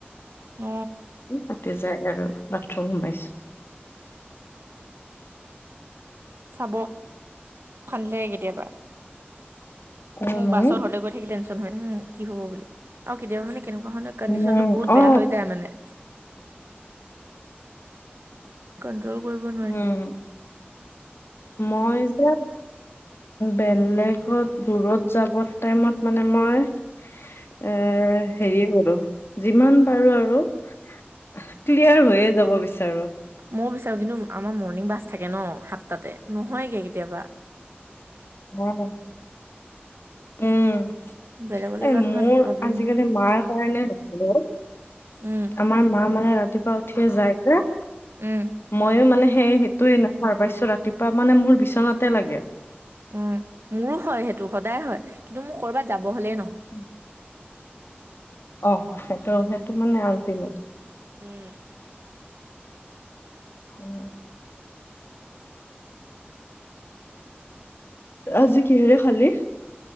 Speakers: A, on the right (about 75°); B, on the left (about 75°).
A: অ
B: তাতে যাই আৰু বাথৰুম সোমাইছোঁ
A: চাব খান্দিলে কেতিয়াবা
B: আৰু
A: মোৰ
B: মই
A: বাছত ঘৰলৈ গৈ থাকিলে টেনশ্যন হয়, উম, কি হব বুলি আৰু কেতিয়াবা মানে কেনেকুৱা ধৰণত কণ্ডিচন
B: উম
A: টো বহুত
B: অ
A: বেয়া হৈ যায় মানে কণ্ট্ৰল কৰিব নোৱাৰি
B: উম, মই যে বেলেগত দূৰত যাব টাইমত মানে মই এ হেৰিয়ে বাৰু যিমান পাৰোঁ আৰু ক্লিয়াৰ হৈয়ে যাব বিচাৰোঁ
A: ময়ো বিচাৰোঁ কিন্তু আমাৰ মৰ্ণিং বাছ থাকে ন' সাতটাতে নহয়গে কেতিয়াবা।
B: <inaudible> উম,
A: বেলেগলৈ
B: এ
A: যোৱাটো
B: মোৰ
A: ইমান প্ৰব্লেম
B: আজিকালি
A: নাই
B: মাৰ কাৰণে <unintelligible>
A: উম
B: আমাৰ মা মানে ৰাতিপুৱা উঠিয়ে যায় যে
A: উম,
B: ময়ো মানে সেই সেইটোৱে নেচাৰ পাইছোঁ ৰাতিপুৱা মানে মোৰ বিচনাতে লাগে।
A: উম, মোৰো হয় সেইটো সদায় হয় কিন্তু মোক কৰ'বাত যাব হলেই ন
B: <inaudible> অ', সেইটো, সেইটো মানে আল্টিমেট।
A: উম,
B: উম, আজি কিহেৰে খালি?